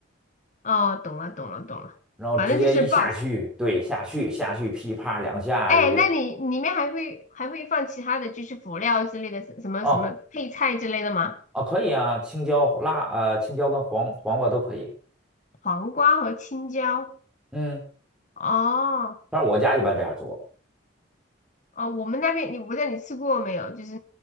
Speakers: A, on the left; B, in the centre.
A: 哦，懂了懂了懂了，
B: 然后直接一下去，
A: 反正就是爆炒。
B: 对，下去下去噼啪两下，
A: 哎，
B: 呃
A: 那你里面还会还会放其他的就是辅料之类的什么什么配菜之类的吗？
B: 哦，哦，可以啊，青椒辣呃，青椒跟黄黄瓜都可以。
A: 黄瓜和青椒。
B: 嗯，
A: 哦
B: 反正我家一般这样做
A: 哦，我们那边你我不知道你吃过没有，就是